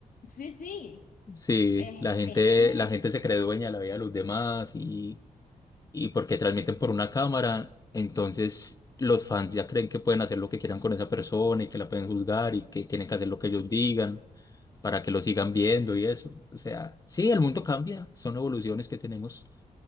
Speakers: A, on the left (about 70°); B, on the left (about 25°).
A: Sí, sí.
B: Sí,
A: Es,
B: la gente,
A: es que,
B: la gente se cree dueña de la vida de los demás y, y porque transmiten por una cámara, entonces los fans ya creen que pueden hacer lo que quieran con esa persona y que la pueden juzgar y que tienen que hacer lo que ellos digan para que lo sigan viendo y eso. O sea, sí, el mundo cambia, son evoluciones que tenemos,